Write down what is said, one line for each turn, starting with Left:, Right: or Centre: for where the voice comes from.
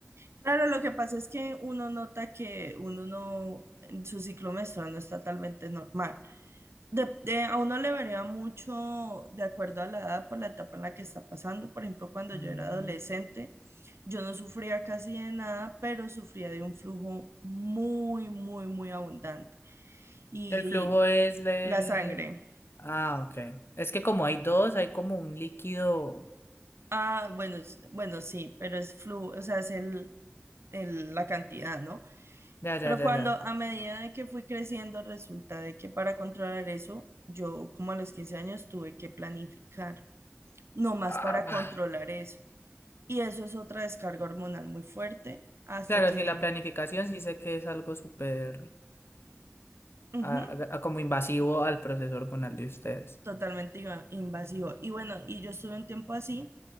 Right: Claro, lo que pasa es que uno nota que uno no, su ciclo menstrual no está totalmente normal. De- de- a uno le varía mucho de acuerdo a la edad, por la etapa en la que está pasando. Por ejemplo, cuando
Left: mm,
Right: yo era adolescente, yo no sufría casi de nada, pero sufría de un flujo muy, muy, muy abundante. Y,
Left: el flujo es el...
Right: y la sangre.
Left: Ah, ok, es que como hay dos, hay como un líquido,
Right: Ah, bueno, es- bueno, sí, pero es flujo, o sea, es el, el- la cantidad, ¿no?
Left: ya, ya,
Right: Pero
Left: ya,
Right: cuando
Left: ya.
Right: a medida de que fui creciendo, resulta de que para controlar eso, yo como a los 15 años tuve que planificar, no más
Left: Ah,
Right: para controlar eso. Y eso es otra descarga hormonal muy fuerte hasta
Left: Claro,
Right: que
Left: sí, la planificación sí sé que es algo súper...
Right: ujú,
Left: a- a- como invasivo al proceso hormonal de ustedes.
Right: totalmente iba- invasivo. Y bueno, y yo estuve un tiempo así